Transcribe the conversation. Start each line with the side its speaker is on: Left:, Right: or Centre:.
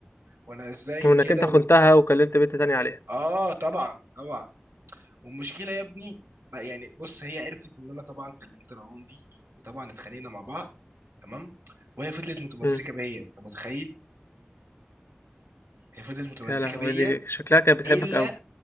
Right: وانا ازاي
Left: وانك
Right: وكده
Left: انت خنتها
Right: و...
Left: وكلمت بنت تانية عليها
Right: اه طبعا طبعا والمشكله يا ابني ما- يعني بص هي عرفت ان انا طبعا كلمت رعون دي وطبعا اتخانقنا مع بعض تمام وهي فضلت متمسكه
Left: امم
Right: بيا انت متخيل هي فضلت متمسكه
Left: يا لهوي
Right: بيا
Left: دي شكلها كانت بتحبك
Right: الا
Left: قوي